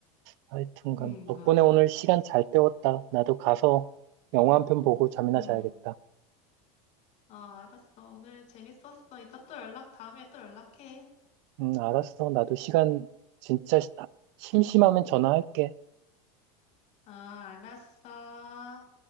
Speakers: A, on the right (about 60°); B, on the left (about 45°).
A: 하여튼간
B: 음,
A: 덕분에
B: 맞아.
A: 오늘 시간 잘 때웠다. 나도 가서 영화 한 편 보고 잠이나
B: 음.
A: 자야겠다.
B: 아, 알았어. 오늘 재밌었어. 이따 또 연락, 다음에 또 연락해.
A: 음, 알았어. 나도 시간 진짜 시- 심심하면 전화할게.
B: 아, 알았어.